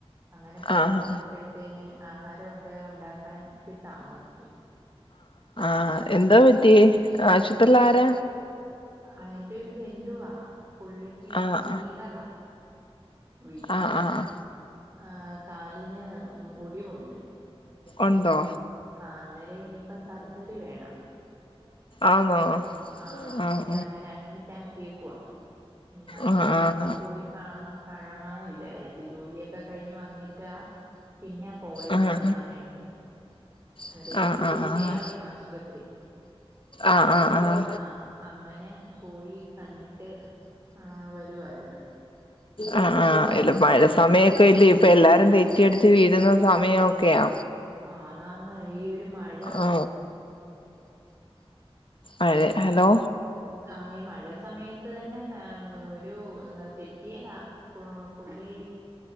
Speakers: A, on the right; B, on the left.
A: അങ്ങനെ പോയിട്ട്
B: ആഹ്
A: വന്നപ്പഴ്‌ത്തേന് ആഹാരവൊക്കെ ഉണ്ടാക്കാൻ ചി താമസ്ച്ചു
B: ആ എന്താ പറ്റി ആശു ത്രിലാരാ
A: ആ എന്റെ ഒരു ബന്ധുവാ പുള്ളിക്ക്
B: ആഹ്
A: ഒന്ന് വീണതാ. വീണ്
B: ആഹ് ആഹ്
A: ആ കാലിന് ഒടിവുണ്ട്.
B: ഒണ്ടോ?
A: ആ അന്നേര ഇനിപ്പം സർജറി വേണം
B: ആന്നോ
A: ആ അന്നേരം
B: ആഹ്
A: അങ്ങനെ അഡ്മിറ്റ് ആ ക്കിയേക്കുവാ. ന്നാ
B: ആഹ്
A: പിന്നെ
B: ആഹ്
A: ഒന്ന് പോയി കാ കാണണാന്ന് വിചാ വിചാരിച്ച്. ജോലിയൊക്കെ കഴിഞ്ഞ് വന്നിട്ടാ പിന്നെ പോയത്
B: ആഹ്
A: കാണാനായിട്ട്
B: ആഹ്
A: അതെ ഇത്തിരി
B: ആഹ് ആഹ്
A: ദൂരെയാ ആശുപത്രി
B: ആഹ് ആഹ് ആഹ്
A: ആ അങ്ങനെ പോയി കണ്ടിട്ട് ആ വരുവാരുന്ന്
B: ആ ആ അല്ല മഴ സമയൊക്കെ ഇലേ ഇപ്പ എല്ലാരും തെറ്റിയടിച്ച് വീഴുന്ന സമയവൊക്കെയാ
A: ആതാന്ന് ഈ ഒരു മഴ
B: ആ ആ അതേ ഹലോ
A: ആ ഈ മഴ സമയത്ത് തന്നെ ഒരു തെറ്റിയതാ പുലി